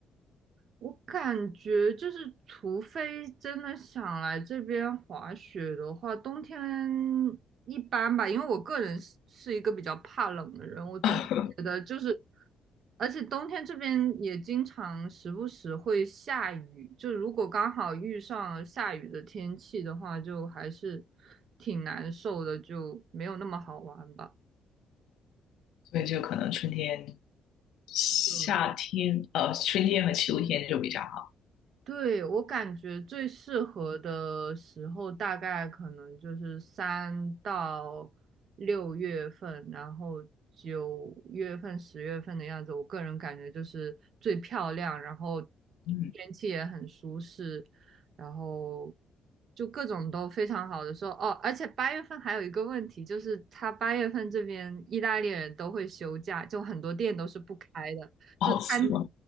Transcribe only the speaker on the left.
<laughs>
所以就可能春天夏天，
呃，春天和秋天就比较好。
嗯，
哦，
是吗？